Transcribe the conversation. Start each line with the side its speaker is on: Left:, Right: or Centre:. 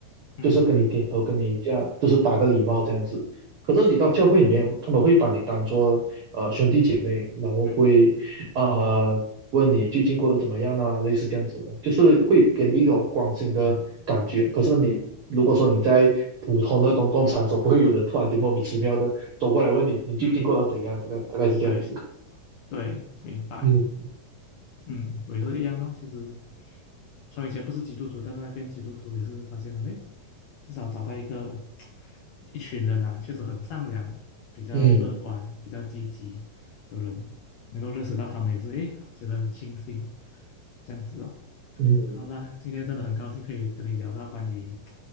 Left: 嗯
Right: 就是跟你点头，跟你这样，就是打个礼貌这样子。可是你到教会里面，他们会把你当做呃兄弟姐妹，然后会呃问你最近过得怎么样啊，
Left: 嗯，
Right: 类似这样子的，就是会给你一种关心的感觉。
Left: 对，
Right: 可是你如果说你在普通的公共场所，不会有人突然间莫名其妙的走过来问你，你最近过得怎样？
Left: 嗯
Right: 这个大概是这样子。
Left: 对对，明白，
Right: 嗯
Left: 嗯，我也是一样咯。其实从以前不是基督徒，到现在变基督徒，也是发现了，诶，至少找到一个 <tsk> 一群人啊，确实很善良、比较乐观、
Right: 嗯
Left: 比较积极的人，能够认识到他们也是，诶，觉得很庆幸，这样子咯。
Right: 嗯
Left: 好啦，今天真的很高兴可以跟你聊到关于